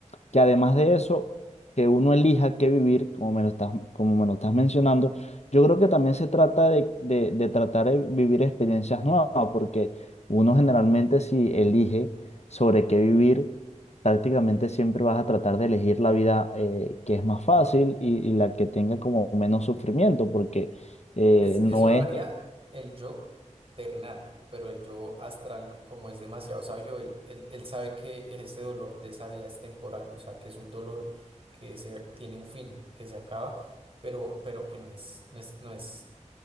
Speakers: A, on the left; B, on the right.
A: que además de eso, que uno elija qué vivir, como me lo estás, como me lo estás mencionando, yo creo que también se trata de, de, de tratar de vivir experiencias nuevas, ¿no? porque uno generalmente si elige sobre qué vivir, prácticamente siempre vas a tratar de elegir la vida eh, que es más fácil y, y la que tenga como menos sufrimiento, porque eh,
B: Pues
A: no
B: eso lo
A: es
B: haría el yo terrenal, pero el yo astral, como es demasiado sabio, él, él- él sabe que ese dolor de esa vida es temporal, o sea, que es un dolor que se, tiene un fin, que se acaba, pero, pero que no es, no es, no es